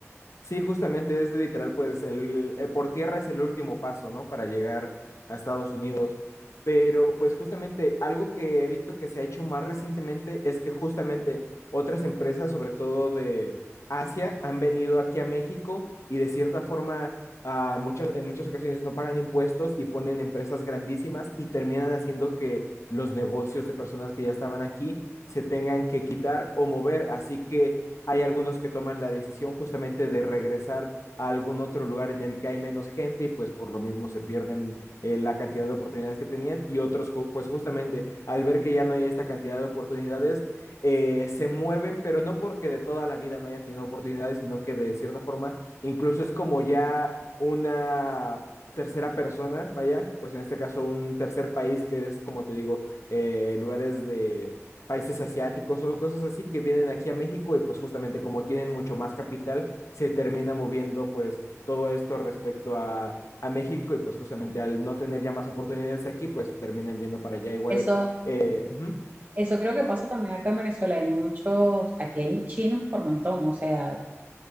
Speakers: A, on the left (about 75°); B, on the right (about 35°).
A: Sí, justamente es literal, pues el, el- por tierra es el último paso, ¿no? Para llegar a Estados Unidos. Pero pues justamente algo que he visto que se ha hecho más recientemente es que justamente otras empresas, sobre todo de Asia, han venido aquí a México y de cierta forma ah, muchas, en muchas ocasiones no pagan impuestos y ponen empresas grandísimas y terminan haciendo que los negocios de personas que ya estaban aquí se tengan que quitar o mover. Así que... Hay algunos que toman la decisión justamente de regresar a algún otro lugar en el que hay menos gente y pues por lo mismo se pierden eh, la cantidad de oportunidades que tenían y otros pues justamente al ver que ya no hay esta cantidad de oportunidades eh, se mueven, pero no porque de toda la vida no hayan tenido oportunidades, sino que de cierta forma incluso es como ya una tercera persona, vaya, pues en este caso un tercer país que es, como te digo, eh, lugares de países asiáticos o cosas así que vienen aquí a México y pues justamente como tienen mucho más capital, se termina moviendo pues todo esto respecto a, a México y pues justamente al no tener ya más oportunidades aquí, pues terminan yendo para allá igual.
B: Eso
A: eh, ujú.
B: Eso creo que pasa también acá en Venezuela. Hay muchos, aquí hay chinos por montón. O sea,